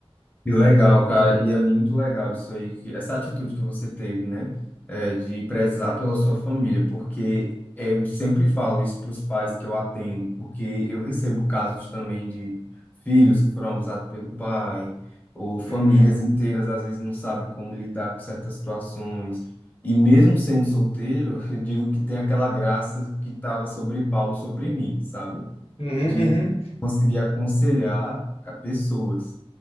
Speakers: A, on the left; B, on the left.
A: Que legal, cara, e é muito legal isso aí, que- essa atitude que você teve, né, é, de prezar
B: Uhum,
A: pela sua família, porque eu sempre falo isso para os pais que eu atendo, porque eu recebo casos também de filhos que foram abusados pelo pai, ou famílias
B: uhum,
A: inteiras às vezes não sabem como lidar com certas situações, e mesmo sendo solteiro, <laughs> eu digo que tem aquela graça que estava sobre Paulo sobre mim, sabe?
B: uhum,
A: de
B: uhum,
A: conseguir aconselhar a pessoas.